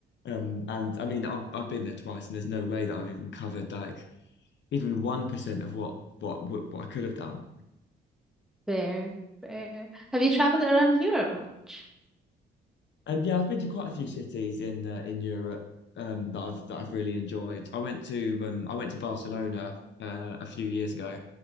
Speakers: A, on the left (about 65°); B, in the centre.
A: Um and I mean I've I've been there twice and there's no way that I've even covered like even 1% of what what what, what I could have done.
B: Fair, fair. Have you traveled around Europe much?
A: And yeah, I've been to quite a few cities in uh, in Europe um that I've that I've really enjoyed. I went to um I went to Barcelona uh, a few years ago